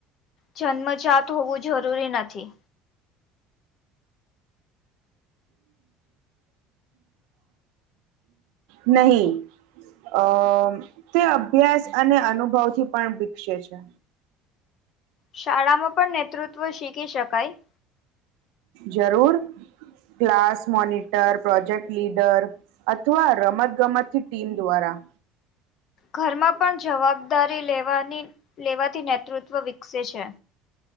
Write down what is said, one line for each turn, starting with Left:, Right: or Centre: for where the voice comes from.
Left: જન્મજાત હોવું જરૂરી નથી.
Right: નહી અ તે અભ્યાસ અને અનુભવથી પણ વિકસે છે.
Left: શાળામાં પણ નેતૃત્વ શીખી શકાય
Right: જરૂર ક્લાસ મોનિટર, પ્રોજેક્ટ લીડર અથવા રમત ગમતથી ટીમ દ્વારા
Left: ઘરમાં પણ જવાબદારી લેવાની લેવાથી નેતૃત્વ વિકસે છે.